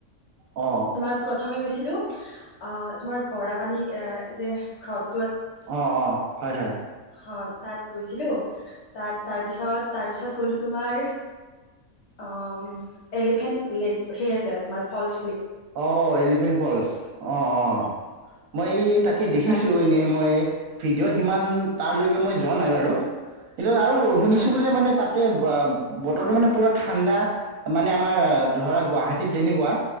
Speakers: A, on the right (about 75°); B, on the left (about 60°).
A: অ',
B: তোমাৰ প্ৰথমে গৈছে- তোমাৰ বৰা পানী যে ৰদ-
A: অঁ অঁ হয় হয়।
B: হয় তাত গৈছিলো। তাত তাৰ পিছত, তাৰপিছত গ'লো তোমাৰ, অ এলিফেন্ত্ লেগ সে আছে, তোমাৰ ফল্‌চ
A: অ এলিফেণ্ট ফল্‌চ, অ অ মই তাকে দেখিছো,
B: তাত গৈছিলোঁ
A: এনেই মই ভিডিঅ' সিমান তালৈ মই যোৱা নাই বাৰু৷ এইটো আৰু শুনিছো
B: হয়
A: বোলে মানে তাতে, ৱা বতৰটো মানে পুৰা ঠাণ্ডা, মানে আমাৰ ধৰা গুৱাহাটীত যেনেকুৱা,